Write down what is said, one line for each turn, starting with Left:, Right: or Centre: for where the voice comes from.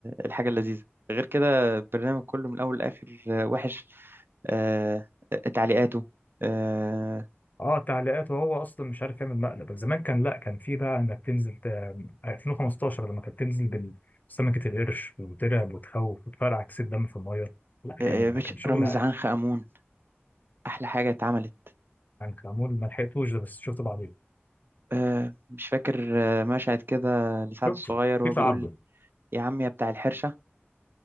Right: الحاجة اللذيذة غير كده البرنامج كله من الأول لآخر آه، وحش آه، تعليقاته آه،
Left: اه تعليقات وهو اصلا مش عارف يعمل مقلب زمان كان لا كان في بقى انك تنزل ت... آه، 2015 لما كانت تنزل بسمكه القرش وترعب وتخوف وتفرقع كيس الدم في الميه لا كان
Right: يا باشا
Left: كان شغل
Right: رامز
Left: عالي
Right: عنخ أمون أحلى حاجة اتعملت
Left: يعني كان معمول ما لحقتوش ده بس شفت بعدين
Right: آه، مش فاكر آه، مشهد كده لسعد
Left: شفته
Right: الصغير وهو
Left: في تعبد
Right: بيقول يا عم يا بتاع الحرشة